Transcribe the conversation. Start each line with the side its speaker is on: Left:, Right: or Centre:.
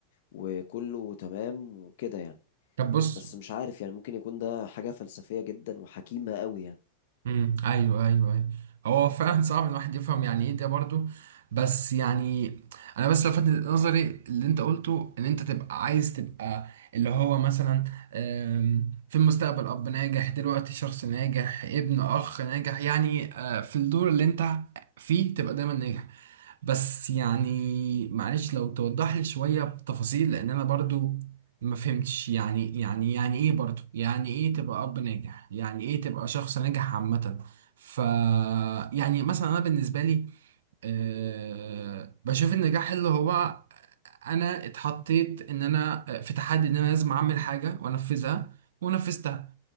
Left: وكله تمام وكده يعني
Right: طب بص
Left: بس مش عارف يعني ممكن يكون ده حاجة فلسفية جدا وحكيمة قوي يعني
Right: امم ايوه ايوه ايوه هو فعلا صعب ان الواحد يفهم يعني ايه ده برضو بس يعني انا بس لفت نظري اللي انت قلته ان انت تبقى عايز تبقى اللي هو مثلا آم، في المستقبل اب ناجح دلوقتي شخص ناجح ابن اخ ناجح يعني آه، في الدور اللي انت فيه تبقى دايما ناجح بس يعني معلش لو توضح لي شوية بتفاصيل لان انا برضو ما فهمتش يعني يعني يعني ايه برضو يعني ايه تبقى اب ناجح يعني ايه تبقى شخص ناجح عامة ف يعني مثلا انا بالنسبة لي أه بشوف النجاح اللي هو انا اتحطيت ان انا آه، في تحدي ان انا لازم اعمل حاجة وانفذها ونفذتها